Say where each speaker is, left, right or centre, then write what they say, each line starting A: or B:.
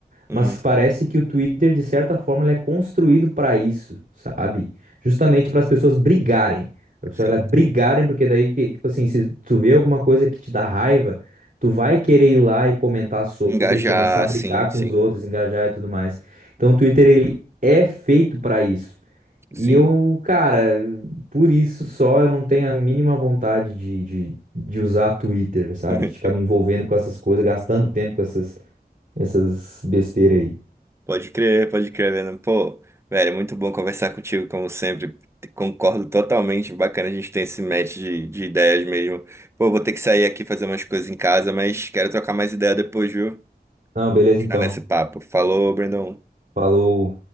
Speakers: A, on the right; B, on the right.
A: Hum,
B: Mas parece que o Twitter, de certa forma, ele é construído para isso, sabe? Justamente para as pessoas brigarem. Para as
A: sim.
B: pessoas elas brigarem, porque daí, que, tipo assim, se tu vê alguma coisa que te dá raiva, tu vai querer ir lá e comentar sobre,
A: Engajar,
B: começar a brigar
A: sim, sim,
B: com os outros, engajar e tudo mais. Então, o Twitter, ele é feito para isso.
A: sim.
B: E eu, cara, por isso só eu não tenho a mínima vontade de, de, de usar Twitter, sabe?
A: <laughs>
B: Ficar me envolvendo com essas coisas, gastando tempo com essas, essas besteiras aí.
A: Pode crer, pode crer, Venom. Pô, velho, muito bom conversar contigo, como sempre. Concordo totalmente. Bacana a gente ter esse match de, de ideias mesmo. Pô, vou ter que sair aqui fazer umas coisas em casa, mas quero trocar mais ideia depois, viu?
B: Não, beleza
A: Continuar
B: então.
A: nesse papo. Falou, Brandon.
B: Falou.